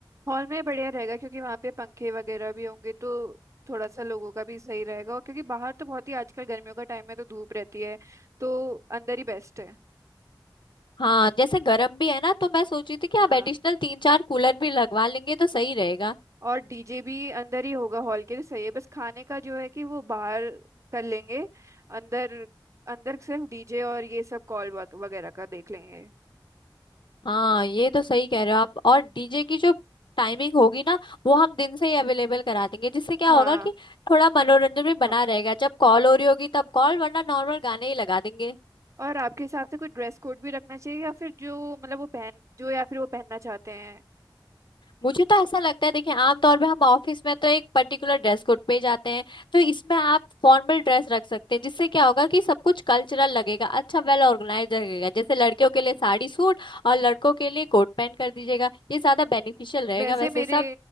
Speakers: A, on the right; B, on the left.
A: हॉल में बढ़िया रहेगा क्योंकि वहाँ पे पंखे वगैरह भी होंगे तो थोड़ा सा लोगों का भी सही रहेगा और क्योंकि बाहर तो बहुत ही आजकल गर्मियों का टाइम है तो धूप रहती है तो अंदर ही बेस्ट है
B: हाँ जैसे गर्म भी है ना तो मैं सोच रही थी कि आप
A: हाँ
B: एडिशनल तीन चार कूलर भी लगवा लेंगे तो सही रहेगा
A: और डीजे भी अंदर ही होगा हॉल के लिए सही है बस खाने का जो है कि वो बाहर कर लेंगे अंदर अंदर सिर्फ डीजे और ये सब कॉल वगैरह का देख लेंगे
B: हाँ ये तो सही कह रहे हो आप और डीजे की जो टाइमिंग होगी ना वो हम दिन से ही अवेलेबल करा देंगे जिससे क्या
A: हाँ
B: होगा कि थोड़ा मनोरंजन भी
A: हम
B: बना रहेगा जब कॉल हो रही होगी तब कॉल वरना नॉर्मल गाने ही लगा देंगे
A: और आपके हिसाब से कोई ड्रेस कोड भी रखना चाहिए या फिर जो मतलब वो पहन जो या फिर वो पहनना चाहते हैं
B: मुझे तो ऐसा लगता है देखिए आमतौर पे हम ऑफिस में तो एक पर्टिकुलर ड्रेस कोड पे ही जाते हैं तो इसमें आप फॉर्मल ड्रेस रख सकते हैं जिससे क्या होगा कि सब कुछ कल्चरल लगेगा अच्छा वेल ऑर्गेनाइज लगेगा जैसे लड़कियों के लिए साड़ी सूट और लड़कों के लिए कोट पैंट कर दीजिएगा ये ज्यादा बेनिफिशियल रहेगा
A: वैसे
B: वैसे
A: मेरे
B: सब